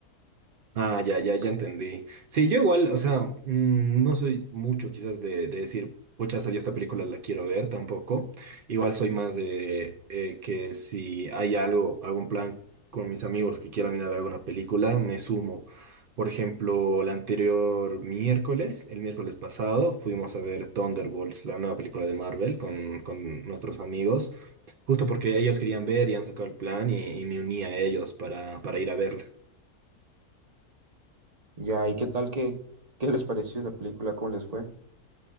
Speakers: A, on the right; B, on the right.
A: Ah, ya, ya, ya entendí. Sí, yo igual, o sea, mm, no soy mucho quizás de, de decir, pucha, salió esta película, la quiero ver tampoco. Igual soy más de eh, que si hay algo, algún plan con mis amigos que quieran ir a ver alguna película, me sumo. Por ejemplo, el anterior miércoles, el miércoles pasado, fuimos a ver Thunderbolts, la nueva película de Marvel, con, con nuestros amigos, justo porque ellos querían ver y han sacado el plan y, y me uní a ellos para, para ir a verla.
B: Ya, ¿y qué tal? ¿Qué, qué les pareció esa película? ¿Cómo les fue?